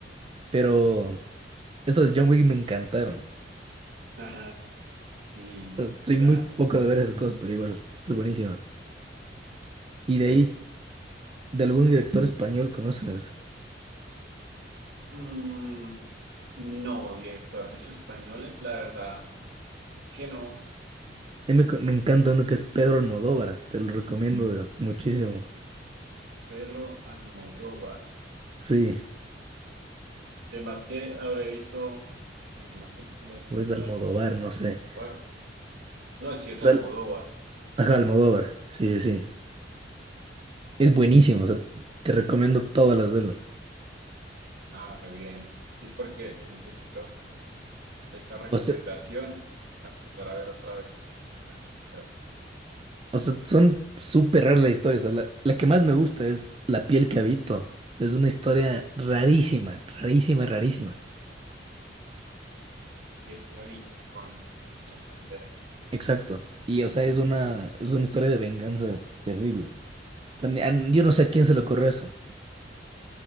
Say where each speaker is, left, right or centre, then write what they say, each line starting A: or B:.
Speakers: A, on the right (about 30°); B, on the right (about 80°).
A: Pero estas de John Wick me encantaron.
B: Ajá, sí,
A: O sea, soy
B: claro.
A: muy poco de ver esas cosas, pero igual. Esto es buenísima. Y de ahí, de algún director español conoces.
B: Mm, no, directores españoles, la verdad que no,
A: Ahí Me, co- me encanta uno que es Pedro Almodóvar, te lo recomiendo de- muchísimo.
B: Pedro Almodóvar.
A: Sí,
B: Además que habré visto alguna película española,
A: o es Almodóvar, no sé.
B: recuerdo. No, si
A: O
B: es
A: sea,
B: Almodóvar.
A: ajá, Almodóvar, sí, sí, sí. Es buenísimo, o sea, te recomiendo todas las de él.
B: Ah, re bien. Sí, porque sí necesito esa recomendación
A: O sea,
B: para empezar a ver otra vez el financiero.
A: o sea, son súper raras las historias. o sea, la, la que más me gusta es La piel que habito. Es una historia rarísima, rarísima, rarísima.
B: ¿Qué, qué habito con Antonio Banderas?
A: Exacto. Y, o sea, es una, es una historia de venganza terrible. O sea, ni- a- yo no sé a quién se le ocurrió eso.